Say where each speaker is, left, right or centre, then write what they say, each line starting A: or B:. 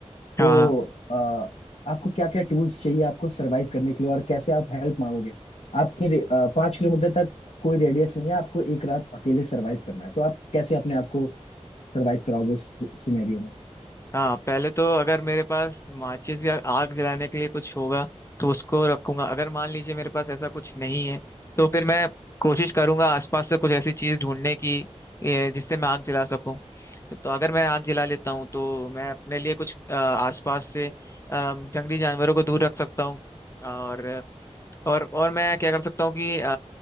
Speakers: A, on the left; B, on the left.
A: तो
B: हाँ
A: अ, आपको क्या क्या टूल्स चाहिए आपको सरवाइव करने के लिए और कैसे आप हेल्प मांगोगे आपके रे- अ, पाँच किलोमीटर तक कोई रेडियस नहीं है आपको एक रात अकेले सरवाइव करना है तो आप कैसे अपने आप को सरवाइव कराओगे इस सिनेरियो में
B: हाँ पहले तो अगर मेरे पास माचिस या आग जलाने के लिए कुछ होगा तो उसको रखूंगा अगर मान लीजिए मेरे पास ऐसा कुछ नहीं है तो फिर मैं कोशिश करूंगा आसपास से कुछ ऐसी चीज ढूंढने की ए, जिससे मैं आग जला सकूं तो अगर मैं आग जला लेता हूँ तो मैं अपने लिए कुछ अ, आसपास से अ, जंगली जानवरों को दूर रख सकता हूँ और और और मैं क्या कर सकता हूँ कि अ,